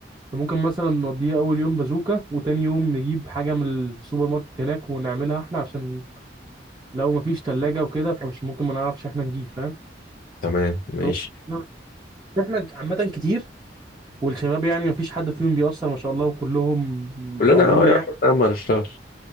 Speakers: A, on the right (about 20°); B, on the left (about 50°).
A: فممكن مثلا نقضيها اول يوم بازوكا وتاني يوم نجيب حاجه من السوبر ماركت هناك ونعملها احنا عشان لو مفيش تلاجة وكده فمش ممكن ما نعرفش احنا نجيب فاهم
B: تمام ماشي
A: فممكن نعمل- احنا عامه كتير والشباب يعني مفيش حد فيهم بيأثر ما شاء الله وكلهم
B: كلنا
A: عجول
B: اه يا
A: يعني
B: عم هنشتغل